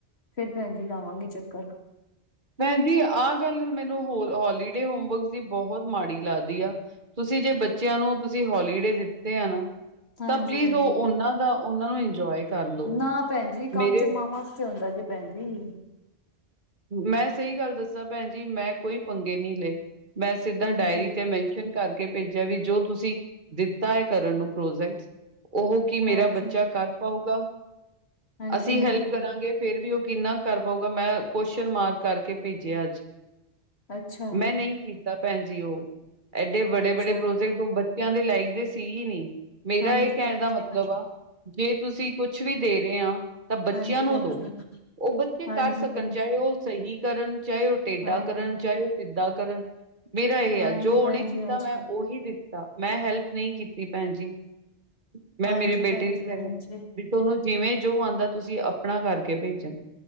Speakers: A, on the left (about 65°); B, on the right (about 45°).
A: ਫਿਰ ਭੈਨ ਜੀ ਲਾਵਾਂਗੀ ਚੱਕਰ।
B: ਭੈਣ ਜੀ ਆਹ ਗੱਲ ਮੈਨੂੰ ਹੋ ਹੋਲੀਡੇ ਹੋਮਵਰਕਸ ਦੀ ਬਹੁਤ ਮਾੜੀ ਲੱਗਦੀ ਆ। ਤੁਸੀਂ ਜੇ ਬੱਚਿਆਂ ਨੂੰ ਤੁਸੀਂ ਹੋਲੀਡੇ ਦਿੱਤੇ ਆ ਨਾ
A: ਹਾਂਜੀ
B: ਤਾਂ। ਪਲੀਜ਼।
A: ਹਾਂਜੀ
B: ਉਹ। ਉਹਨਾਂ। ਦਾ। ਉਹਨਾਂ। ਨੂੰ। ਇੰਜੋਏ। ਕਰਨ ਦੋ।
A: ਨਾ। ਭੈਣ। ਜੀ। ਕੰਮ।
B: ਮੇਰੇ
A: ਤੇ। ਮਾਵਾਂ। ਵਸਤੇ। ਹੁੰਂਦਾ। ਜੇ। ਭੈਣ। ਜੀ।
B: ਮੈਂ। ਸਹੀ। ਗੱਲ। ਦੱਸਾਂ। ਭੈਣ। ਜੀ। ਮੈਂ। ਕੋਈ। ਪੰਗੇ। ਨਹੀਂੀ। ਲਏ। ਮੈਂ। ਸਿੱਧਾ।
A: ਹਾਂਜੀ
B: ਡਾਇਰੀ। ਤੇ। ਮੈਂ। ਕਰਕੇ। ਭੇਜਿਆ। ਵੀ। ਜੋ। ਤੁਸੀਂ। ਦਿੱਤਾ। ਹੈ। ਕਰਨ। ਨੂੰ। ਪ੍ਰੋਜੈਕਟ। ਉਹ। ਕਿ ਮੇਰਾ
A: ਹਾਂਜੀ
B: ਬੱਚਾ ਕਰ ਪਾਊਗਾ
A: ਹਾਂਜੀ
B: ਅਸੀਂ
A: ਹਾਂਜੀ
B: ਹੈਲਪ ਕਰਾਂਗੇ। ਫੇਰ ਵੀ ਉਹ ਕਿੰਨਾ ਕਰ ਪਾਊਗਾ ਮੈਂ ਕੁਸ਼ਚਨ ਮਾਰਕ ਕਰਕੇ ਭੇਜਿਆ ਅੱਜ।
A: ਅੱਛਾ
B: ਮੈਂ ਨਹੀਂ ਕੀਤਾ ਭੈਣ ਜੀ ਉਹ ਏਡੇ ਬੜੇ
A: ਅੱਛਾ
B: ਬੜੇ ਪ੍ਰੋਜੈਕਟ ਬਚਿਆਂ ਦੇ ਲਾਇਕ ਦੇ ਸੀ ਹੀ ਨੀ ਮੇਰਾ
A: ਹਾਂਜੀ
B: ਇਹ ਕਹਿਣ
A: ਭੈਣ
B: ਦਾ ਮਤਲਬ
A: ਜੀ ਹਾਂਜੀ
B: ਆ ਜੇ ਤੁਸੀਂ ਕੁਛ ਵੀ ਦੇ ਰਹੇ ਹਾਂ ਤਾਂ ਬੱਚਿਆਂ
A: ਹਾਂਜੀ
B: ਨੂੰ
A: ਭੈਣ
B: ਦਓ
A: ਜੀ
B: ਉਹ ਬੱਚੇ
A: ਹਾਂਜੀ
B: ਕਰ ਸਕ
A: ਭੈਣ
B: ਚਾਹੇ
A: ਜੀ,
B: ਉਹ ਸਹੀ ਕਰਨ ਚਾਹੇ ਉਹ ਟੇਡਾ
A: ਹਾਂਜੀ,
B: ਕਰਨ ਚਾਹੇ ਉਹ ਸਿੱਧਾ ਕਰਨ। ਮੇਰਾ। ਇਹ।
A: ਹਾਂਜੀ
B: ਆ। ਜੋ।
A: ਭੈਣ
B: ਉਹਨੇ। ਕੀਤਾ।
A: ਜੀ, ਹਾਂਜੀ।
B: ਮੈਂ। ਉਹੀ। ਦਿੱਤਾ। ਮੈਂ। ਹੈਲਪ। ਨਹੀਂ। ਕੀਤੀ। ਭੈਣ। ਜੀ। ਮੈਂ
A: ਹਾਂਜੀ
B: ਮੇਰੇ ਬੇਟੇ
A: ਭੈਣ
B: ਦੀ
A: ਜੀ, ਹਾਂਜੀ,
B: ਫਰ ਵੀ ਥੋਨੂੰ ਜਿਵੇਂ ਜੋ ਆਂਦਾ ਦਾ ਤੁਸੀਂ ਆਪਣਾ ਕਰਕੇ ਭੇਜਣ।